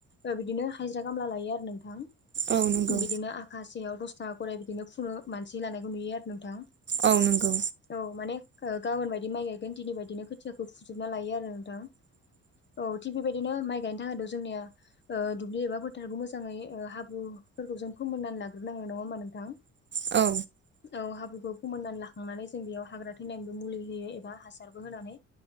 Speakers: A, on the left; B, on the right.
A: ओ बिदिनो हायजिरा कामला लायो आरो नोंथां।
B: औ नंगौ
A: बिदिनो आखासेयाव दसथाखा खरि बिदिनो फुनो मानसि लानायखौ नुयो आरो नोंथां।
B: औ नंगौ।
A: औ माने ओ गाबोन बायदि माइ गायगोन दिनै बायदिनो खोथियाखौ फुजोबना लायो आरो नोंथां। औ थिग बेबायदिनो माइ गायनो थाखायनोथ' जोंनिया ओ दुब्लि एबा फोथारखौ मोजाङै ओ हाब्रुफोरखौ जों फोमोननानै लाग्रोनांगोन नङा ओमबा नोंथां?
B: औ
A: औ हाब्रुखौ फोमोननानै लाखांनानै जों बेयाव हाग्रा थैनानिबो मुलि होयो एबा हासारबो होनानै